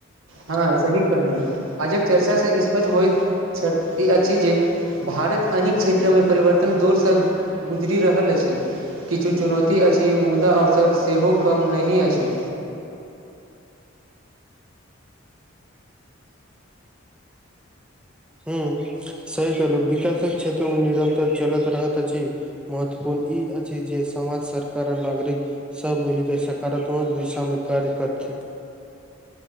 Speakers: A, on the right; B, in the centre.
A: हँ सही कहलि आ जब चर्चा से स्पष् होइत अछि जे, भारत अनेक क्षेत्र मे परिवर्तन दौरसँ गुजरि रहल अछि किछु चुनौती अछि मुदा अवसर सेहो कम नहि अछि
B: हूं सही कहलहु विकासक क्षेत्र मे निरंतर चलैत रहत अछि महत्वपूर्ण ई अछि जे समाज सरकार आ नागरिक सब मिल क सकारात्मक दिशा मे कार्य करथि